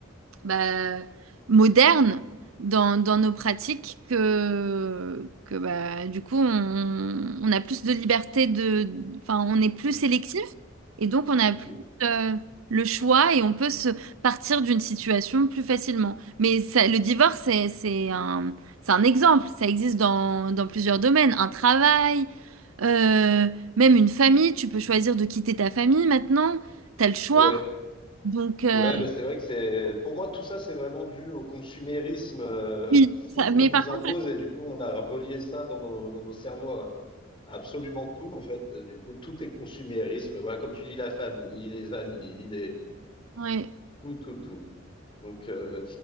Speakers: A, on the right (about 85°); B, on the left (about 25°).
A: bah, moderne dans, dans nos pratiques que, que bah, du coup, on, on a plus de liberté de, enfin, on est plus sélectif et donc on a
B: Mhm.
A: plus euh, le choix et on peut se partir d'une situation plus facilement. Mais ça- le divorce, c'est, c'est un, c'est un exemple. Ça existe dans, dans plusieurs domaines. Un travail, euh, même une famille. Tu peux choisir de quitter ta famille maintenant. Tu as le choix.
B: Ouais,
A: Donc, euh,
B: ouais, mais c'est vrai que c'est, pour moi, tout ça, c'est vraiment dû au consumérisme euh,
A: oui,
B: fou
A: ça-
B: qu'on
A: mais
B: nous
A: par contre,
B: impose et du coup, on a relié ça dans nos, dans nos cerveaux à à absolument tout, en fait. Du coup, tout est consumérisme. Voilà, comme tu dis, la famille, les amis, les,
A: Ouais.
B: tout, tout, tout. Donc, euh,